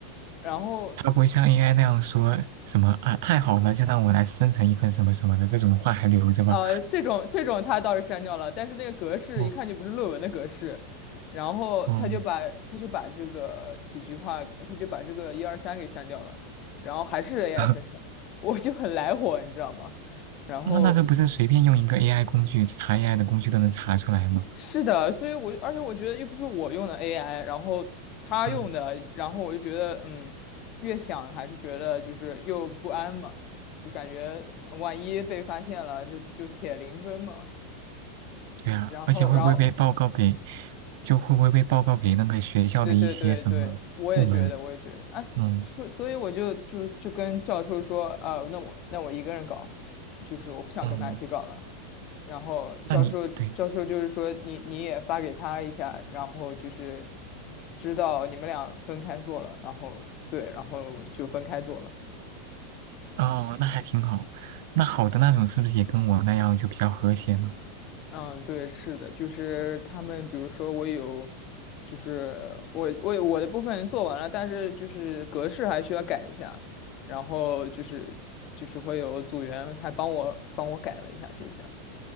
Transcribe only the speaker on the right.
他不会像 AI 那样说什么啊，太好了，就让我来生成一份什么什么的这种话还留着吧。
哦，
嗯，
<laughs>
那那这不是随便用一个 AI 工具查 AI 的工具都能查出来吗？
嗯，
对啊，
而且会不会被报告给，
就会不会被报告给那个学校的一些什么部门？
嗯
嗯，
那你对
哦，那还挺好。那好的那种是不是也跟我那样就比较和谐呢？